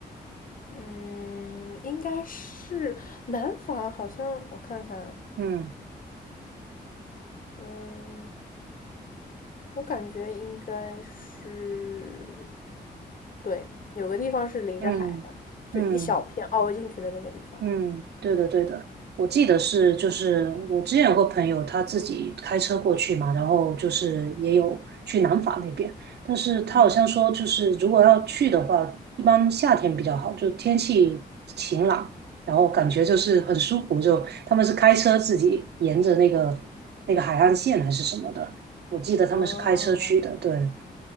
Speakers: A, on the left; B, on the right.
A: 嗯，应该是南法，好像我看看，
B: 嗯
A: 嗯，我感觉应该是，对，有个地方是临着海的，
B: 嗯嗯。
A: 就一小片凹进去的那个地方。
B: 嗯，对的，对的，我记得是，就是我之前有个朋友，他自己开车过去嘛，然后就是也有去南法那边，但是他好像说，
A: 嗯，
B: 就是如果要去的话，一般夏天比较好，就天气晴朗，然后感觉就是很舒服，就他们是开车自己沿着那个那个海岸线还是什么的，我记得他们是开车去的，
A: 哦，
B: 对，